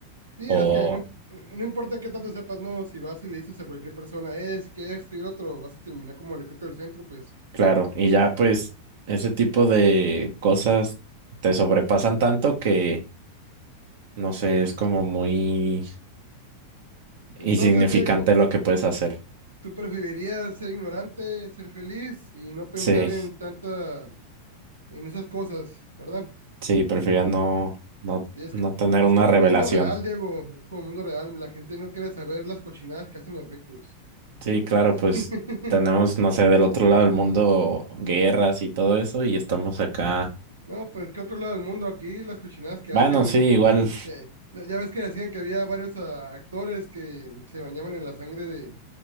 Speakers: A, on the right; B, on the right.
A: sí
B: o
A: es que no, no, importa qué tanto sepas, no, si vas y le dices a cualquier persona, es que esto y lo otro, vas a terminar como el ecote del centro, pues.
B: claro, y ya pues ese tipo de cosas te sobrepasan tanto que No sé, es como muy
A: Entonces,
B: insignificante
A: Diego,
B: lo que puedes hacer.
A: ¿tú preferirías ser ignorante, ser feliz y no pensar
B: Sí,
A: en tanta, en esas cosas, verdad?
B: sí, prefería no, no,
A: Sí, es
B: no
A: que...
B: tener
A: Es
B: una
A: como
B: revelación.
A: el mundo real, Diego. Es como el mundo real. La gente no quiere saber las cochinadas que hacen los ricos.
B: Sí, claro, pues
A: <laughs>
B: tenemos, no sé, del otro lado del mundo guerras y todo eso y estamos acá.
A: no, pues que otro lado del mundo aquí, las cochinadas que
B: Bueno,
A: hacen
B: sí, igual.
A: Ya, ya- ya ves que decían que había varios ah, actores que mm, se bañaban en la sangre de,